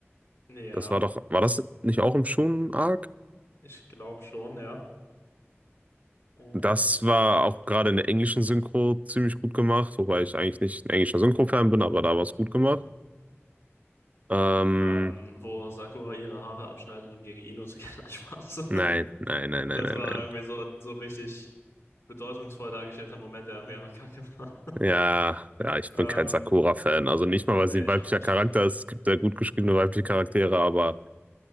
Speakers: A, on the left; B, on the right.
A: Ja,
B: Das war doch, war das nicht auch im Shonen-Arc?
A: ich glaube schon, ja. Äh,
B: Das war auch gerade in der englischen Synchro ziemlich gut gemacht, wobei ich eigentlich nicht ein englischer Synchro-Fan bin, aber da war es gut gemacht. Ähm,
A: ähm, wo Sakura ihre Haare abschneidet, um gegen Ino zu kämpfen. <laughs> Nein, Spaß.
B: nein, nein, nein,
A: Das
B: nein, nein,
A: war
B: nein.
A: irgendwie so, so richtig bedeutungsvoll dargestellter Moment, der irgendwie einfach kacke war.
B: Ja, ja, ich bin
A: Ähm,
B: kein Sakura-Fan. Also nicht mal, weil
A: nee,
B: sie ein
A: ich
B: weiblicher
A: auch nicht.
B: Charakter ist. Es gibt sehr gut geschriebene weibliche Charaktere, aber